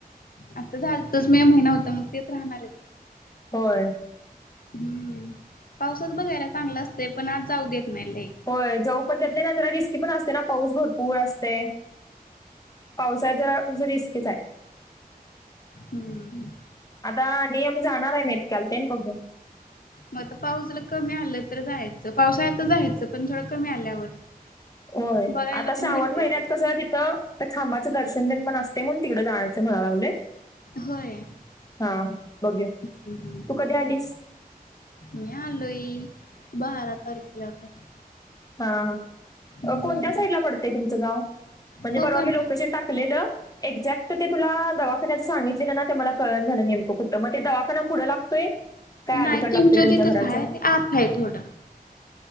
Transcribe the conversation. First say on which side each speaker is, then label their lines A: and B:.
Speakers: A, on the left (about 65°); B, on the left (about 25°).
A: आता झालतच मे महिना होता मग तेच राहणारयेच
B: होय.
A: हम्म पावसात बघायला चांगल असतय पण आज जाऊ देत नाही लई
B: होय जाऊ पण देत नाय आणि जरा रिस्की पण असते ना पाऊस भरपूर असतय. पावसाळात जरा म्हजे रिस्कीच आय.
A: हूं हूं
B: आता नी आम्ही जाणार हाय क्याल प्लॅन बघू यां
A: म आता पाऊस जरा कमी आलं तर जायचं पावसाळ्यात जायचं पण थोडं कमी आल्यावर
B: ओय
A: बघायला
B: आता
A: तेन
B: श्रावण
A: भेटतंय
B: महिन्यात
A: सगळं.
B: कसं तिथ तिथं खांबाच दर्शन तेन असतय म्हणून तिकड जायाच म्हणाय लागलोय.
A: होय
B: हा बघू या
A: हम्म हम्म
B: तू कधी आलीस
A: मी आलोय बारा तारखेला पण
B: हा
A: हम्म
B: अ कोणत्या साईडला पडतय तुमच गाव म्हणजे
A: कोकण
B: परवा मी लोकेशन टाक कलेल एक्झॅक्ट त ते तुला दवाखान्याच सांगितलेल ना ते मला कळण झाल नेमक कुठ म ते दवाखाना पुढ लागतोय काय अलीकडे
A: नाय चिमचोलीतच
B: लागतोय तुमच्या घराच्या
A: हाय ते आत हाय थोड